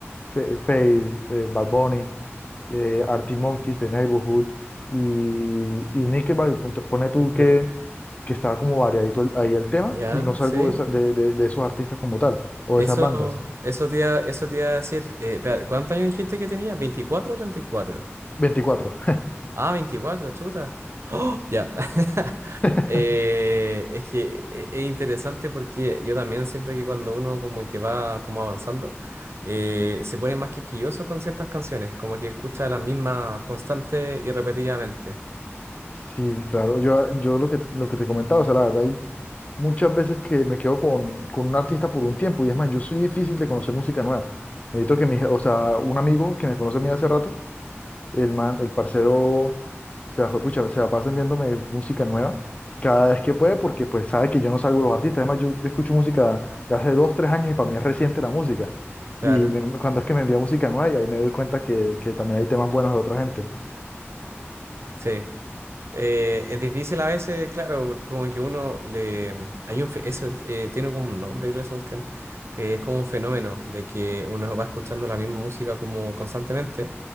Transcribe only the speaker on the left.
Fe- Feid, eh, Bad Bunny, eh, Arctic Monkeys, The Neighborhood y, y Nickelback. Ento- Pone tú
que, que está como variadito el- ahí el tema
y no salgo
de, esa- de, de de esos artistas como tal o
de esas bandas.
veinticuatro
<laughs>
Sí, claro, yo, yo lo que, lo que te comentaba, o sea, la verdad, hay muchas veces que me quedo con, con un artista por un tiempo, y es más, yo soy difícil de conocer música nueva. Necesito que mi, je- o sea, un amigo que me conoce a mí hace rato, el man, el parcero, o sea, juepucha, se la pasa enviándome música nueva cada vez que puede, porque pues sabe que yo no salgo de los artistas. Además, yo escucho música de hace dos, tres años y para mí es reciente la música.
Y me- cuando es que me envía música nueva, y ahí me doy cuenta que, que también hay temas buenos de otra gente.